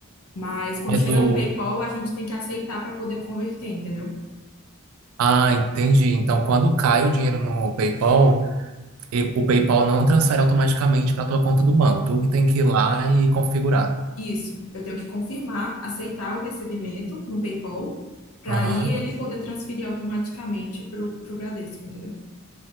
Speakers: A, on the left; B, on the right.
A: Mas quando
B: Mas
A: chega
B: o...
A: no PayPal, a gente tem que aceitar para poder converter, entendeu?
B: Ah, entendi. Então quando cai o dinheiro no PayPal, e- o PayPal não transfere automaticamente para tua conta do banco. Tu que tem que ir lá e configurar.
A: Isso. Eu tenho que confirmar, aceitar o recebimento no PayPal, para
B: Aham.
A: aí ele poder transferir automaticamente para o Bradesco, entendeu?